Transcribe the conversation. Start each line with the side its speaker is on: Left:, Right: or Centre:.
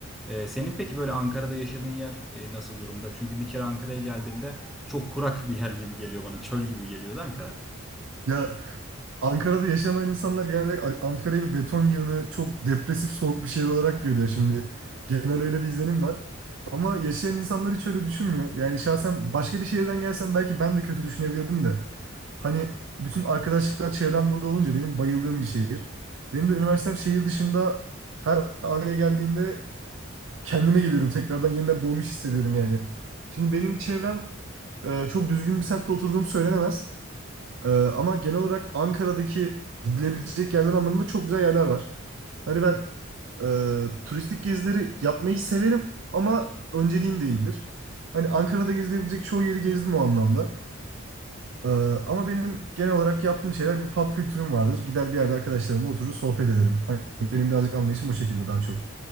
Centre: E, senin peki böyle Ankara'da yaşadığın yer e, nasıl durumda? Çünkü bir kere Ankara'ya geldiğimde çok kurak bir yer gibi geliyor bana. Çöl gibi geliyordu Ankara.
Right: Ya Ankara'da yaşamayan insanlar genelde A- Ankara'yı bir beton yığını, çok depresif, soğuk bir şehir olarak görüyor şimdi. Genel öyle bir izlenim var. Ama yaşayan insanlar hiç öyle düşünmüyor. Yani şahsen başka bir şehirden gelsem belki ben de kötü düşünebilirdim de. Hani bütün arkadaşlıklar çevrem burada olunca benim bayıldığım bir şehir. Benim de üniversitem şehir dışında her Ankara'ya geldiğimde kendime geliyorum tekrardan yeniden doğmuş hissediyorum yani. Şimdi benim çevrem e, çok düzgün bir semtte oturduğum söylenemez. Ee, ama genel olarak Ankara'daki gidilebilecek yerler anlamında çok güzel yerler var. Hani ben e, turistik gezileri yapmayı severim ama önceliğim değildir. Hani Ankara'da gezilebilecek çoğu yeri gezdim o anlamda. Ee, ama benim genel olarak yaptığım şeyler bir pub kültürüm vardır. Gider bir yerde arkadaşlarımla oturur sohbet ederim. Hani benim birazcık anlayışım o şekilde daha çok.